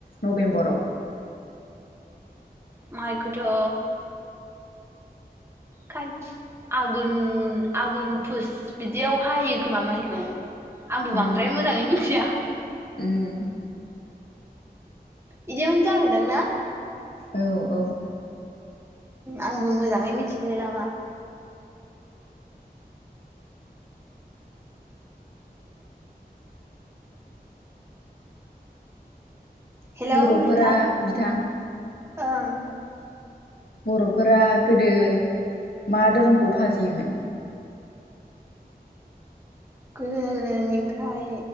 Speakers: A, on the left; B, on the right.
A: नभेम्बराव
B: माइखौथ' कास आघुन आघुन फुस बिदियाव हायो खोमा माइखौ आंबो
A: उम
B: बांद्राय मोजाङै मिथिया
A: उम।
B: बिदियावनो जाहोदों ना?
A: औ औ।
B: आंबो मोजाङै मिथिलाय लाङा। हेल'
A: बर'फोरा
B: नोंथां
A: बिथां
B: ओं।
A: बर'फोरा गोदो मा धोरोमखौ फालियोमोन? <inaudible>
B: गोदो गोदायनिफ्राय